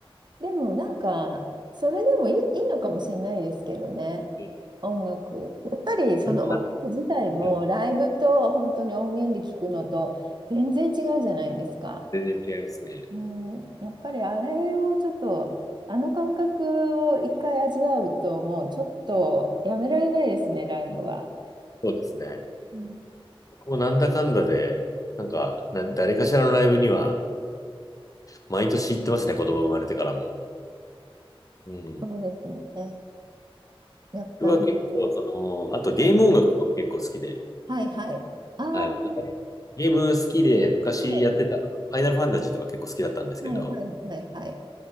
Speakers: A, on the right (about 50°); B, on the left (about 35°).
A: でもなんか、それでもいい、いいのかもしれないですけどね。
B: うん。
A: 音楽。やっぱりその音楽自体もライブと本当に音源で聞くのと全然違うじゃないですか。
B: なんとなく、うん全然違いますね。
A: うん、やっぱりあれをちょっと、あの感覚を一回味わうともうちょっとやめられないですね、
B: うん。
A: ライブは。
B: そうですね。
A: うん
B: 僕もなんだかんだで、なんか、な、誰かしらのライブには、毎年行ってますね、子供生まれてからも。うん。
A: そうですね。やっぱり。
B: 僕は結構、その、あとゲーム音楽とかも結構好きで、
A: はいはいはい。ああ、
B: はい。
A: は
B: ゲーム好きで、昔やってた、
A: い
B: ファイナルファンタジーとか結構好きだったんですけど、
A: はいはいはいはい。